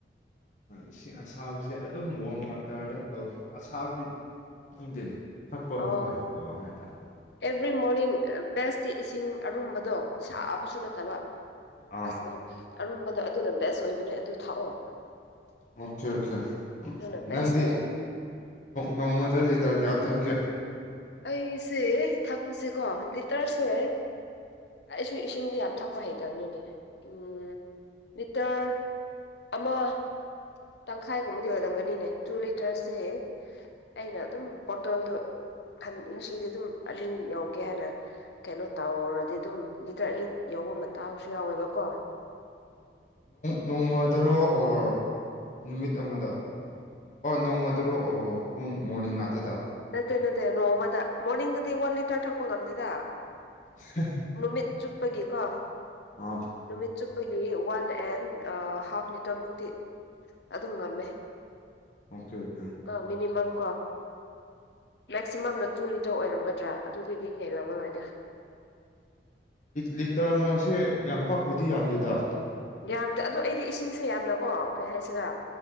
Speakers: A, on the left; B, on the left.
A: ꯏꯁꯤꯡ ꯑꯁꯥꯕꯁꯦ ꯑꯗꯨꯝ ꯋꯣꯝ ꯋꯥꯇꯔꯗ ꯇꯧꯋꯦ ꯑꯁꯥꯕꯗꯤ ꯈꯪꯗꯦꯅꯦ ꯊꯛꯄ ꯑꯃꯨꯛꯀ
B: ꯑꯣ
A: ꯍꯩꯇꯕ ꯍꯥꯏꯇꯥꯔꯦ
B: ꯑꯦꯕ꯭ꯔꯤ ꯃꯣꯔꯅꯤꯡ ꯕꯦꯁꯇꯤ ꯏꯁꯤꯡ ꯑꯔꯨꯝꯕꯗꯣ ꯁꯥꯕꯁꯨ ꯅꯠꯇꯕ
A: ꯑꯥ
B: ꯑꯁ ꯑꯔꯨꯝꯕꯗꯣ ꯑꯗꯨꯅ ꯕꯦꯁ ꯑꯣꯏꯕꯅꯦ ꯑꯗꯨ ꯊꯥꯛꯑꯣ
A: ꯑꯣꯀꯦ ꯑꯣꯀꯦ
B: ꯑꯗꯨꯅ ꯕꯦꯁꯅꯦ
A: ꯅꯪꯗꯤ ꯅꯣꯡꯃꯗ ꯂꯤꯇꯔ ꯀꯌꯥ ꯊꯛꯀꯦ
B: ꯑꯩꯁꯦ ꯊꯥꯛꯛꯄꯁꯦꯀꯣ ꯂꯤꯇꯔꯁꯦ ꯑꯩꯁꯨ ꯏꯁꯤꯡꯗꯤ ꯌꯥꯝ ꯊꯛꯄ ꯍꯩꯇꯕꯅꯤꯅꯦ ꯎꯝ ꯂꯤꯇꯔ ꯑꯃ ꯇꯪꯈꯥꯏꯒꯨꯝꯕꯗꯤ ꯑꯣꯏꯔꯝꯒꯅꯤꯅꯦ ꯇꯨ ꯂꯤꯇꯔꯁꯦ ꯑꯩꯅ ꯑꯗꯨꯝ ꯕꯣꯇꯜꯗꯣ ꯉꯁꯤꯗꯤ ꯑꯗꯨꯝ ꯑꯅꯤ ꯌꯧꯒꯦ ꯍꯥꯏꯅ ꯀꯩꯅꯣ ꯇꯧꯔꯔꯗꯤ ꯑꯗꯨꯝ ꯂꯤꯇꯔ ꯑꯅꯤ ꯌꯧꯕ ꯃꯇꯥꯡꯁꯨ ꯌꯥꯎꯋꯦꯕꯀꯣ
A: ꯅꯣꯡꯃꯗꯔꯣ ꯑꯣꯔ ꯅꯨꯃꯤꯠ ꯑꯃꯗ ꯅꯣꯡꯃꯗꯨꯔꯣ ꯄꯨꯡ ꯃꯣꯔꯅꯤꯡ ꯉꯥꯛꯇꯗ
B: ꯅꯠꯇꯦ ꯅꯠꯇꯦ ꯅꯣꯡꯃꯗ ꯃꯣꯔꯅꯤꯡꯗꯗꯤ ꯋꯥꯟ ꯂꯤꯇꯔ ꯊꯛꯄ ꯉꯝꯗꯦꯗ
A: <unintelligible>
B: ꯅꯨꯃꯤꯠ ꯆꯨꯞꯄꯒꯤꯀꯣ
A: ꯑꯥ
B: ꯅꯨꯃꯤꯠ ꯆꯨꯞꯄꯒꯤ ꯋꯥꯟ ꯑꯦꯟ ꯍꯥꯐ ꯂꯤꯇꯔ ꯃꯨꯛꯇꯤ ꯑꯗꯨꯝ ꯉꯝꯃꯦ
A: ꯑꯣꯀꯦ ꯑꯣꯀꯦ
B: ꯀꯣ ꯃꯤꯅꯤꯃꯝ ꯀꯣ ꯃꯦꯛꯁꯤꯃꯝꯅ ꯇꯨ ꯂꯤꯇꯔ ꯑꯣꯏꯔꯝꯒꯗ꯭ꯔꯥ ꯑꯗꯨꯗꯩꯩꯗꯤ ꯍꯦꯜꯂꯝꯃꯔꯣꯏꯗ
A: ꯂꯤꯇꯔ ꯑꯥꯃꯁꯦ ꯌꯥꯝ ꯄꯥꯛꯄꯨꯗꯤ ꯌꯥꯝꯗꯦꯗ
B: ꯌꯥꯝꯗꯦ ꯑꯗꯣ ꯑꯩꯗꯤ ꯏꯁꯤꯡꯁꯦ ꯌꯥꯝꯅꯀꯣ ꯀꯩ ꯍꯥꯏꯁꯤꯔꯥ